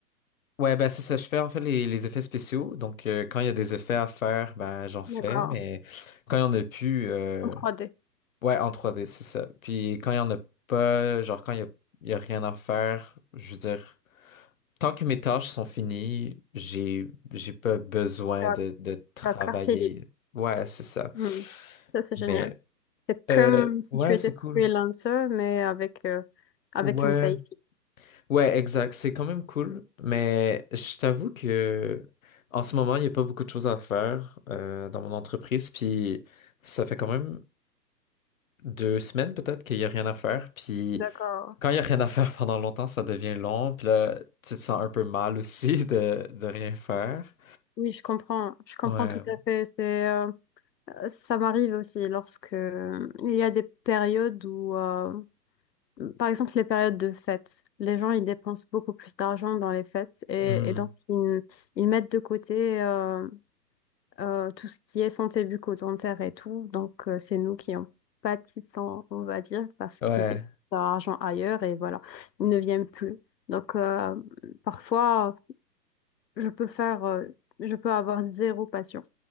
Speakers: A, on the left (about 55°); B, on the left (about 80°).
A: ouais, ben c'est ça, je fais en fait les, les effets spéciaux. Donc, euh, quand il y a des effets à faire, ben j'en fais,
B: D'accord.
A: mais quand il n'y en a plus, euh,
B: En trois d
A: Ouais, en trois d c'est ça. Puis quand il y en a pas, genre quand il y a, il y a rien à faire, je veux dire, tant que mes tâches sont finies, j'ai j'ai pas besoin
B: Tu as,
A: de, de travailler.
B: tu as quartier libre.
A: Ouais, c'est ça.
B: Hmm. Ça, c'est
A: Mais
B: génial. C'est comme
A: euh,
B: si
A: ouais,
B: tu étais
A: c'est cool.
B: freelancer, mais avec, euh, avec
A: Ouais,
B: une paye fixe.
A: ouais, exact. C'est quand même cool. Mais je t'avoue que en ce moment, il n'y a pas beaucoup de choses à faire euh, dans mon entreprise. Puis ça fait quand même deux semaines peut-être qu'il n'y a rien à faire. Puis
B: D'accord.
A: Quand il n'y a rien à faire pendant longtemps, ça devient long. Puis là, tu te sens un peu mal aussi <laughs> de, de rien faire.
B: Oui, je comprends. Je comprends
A: Ouais.
B: tout à fait. C'est, euh, ça m'arrive aussi lorsque euh, il y a des périodes où, euh, Par exemple, les périodes de fêtes, les gens ils dépensent beaucoup plus d'argent dans les fêtes et,
A: Hmm.
B: et donc ils, ils mettent de côté euh, euh, tout ce qui est santé bucco-dentaire et tout. Donc euh, c'est nous qui en pâtissons, on va dire, parce
A: Ouais.
B: qu'ils dépensent leur argent ailleurs et voilà, ils ne viennent plus. Donc euh, parfois, je peux faire, euh, je peux avoir zéro patient.